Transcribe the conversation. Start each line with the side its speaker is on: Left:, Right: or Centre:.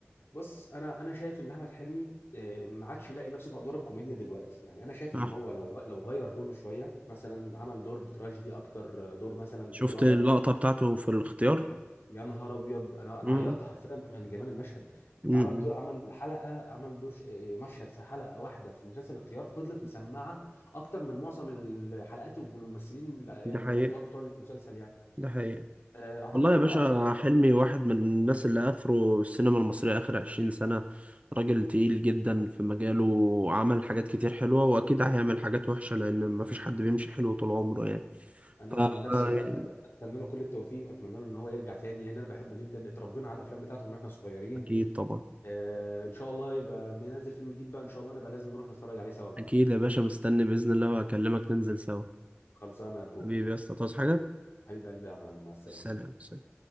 Left: بص انا انا شايف ان احمد حلمي آه، ما عادش يلاقي نفسه في ادوار الكوميديا دلوقتي يعني انا شايف
Right: صح
Left: ان هو لو غ- لو غير لونه شويه مثلا عمل دور تراجيدي اكتر آه، دور مثلا
Right: شفت
Left: في دراما
Right: اللقطة بتاعته في الاختيار
Left: لا. يا نهار ابيض انا انا
Right: مم.
Left: عيطت حرفيا من جمال المشهد
Right: مم.
Left: عمل دور عمل حلقه عمل دور ش- آه، مشهد في حلقه واحده في مسلسل الاختيار فضلت مسمعه اكتر من معظم الحلقات والممثلين الابطال
Right: ده حقيقة
Left: بتوع المسلسل يعني
Right: ده حقيقة
Left: آه، اعتقد
Right: والله
Left: احنا
Right: يا باشا
Left: لو قعدنا
Right: حلمي واحد من الناس اللي أثروا السينما المصرية آخر عشرين سنة راجل تقيل جدا في مجاله وعمل حاجات كتير حلوة وأكيد هيعمل حاجات وحشة لأن مفيش حد بيمشي حلو طول عمره يعني
Left: انا
Right: ف
Left: نفسي
Right: <laughs>
Left: والله أت- اتمنى له كل التوفيق واتمنى له ان هو يرجع تاني لان انا بحبه جدا اتربينا على الافلام بتاعته من واحنا صغيرين
Right: أكيد طبعا
Left: آه ان شاء الله يبقى لما ينزل فيلم جديد بقى ان شاء الله نبقى لازم نروح نتفرج عليه سوا بقى
Right: أكيد يا باشا مستني بإذن الله وأكلمك ننزل سوا
Left: خلصانه يا برو
Right: حبيبي يا اسطى تعوز حاجة؟
Left: حبيب قلبي يا معلم مع السلامه
Right: سلام سلام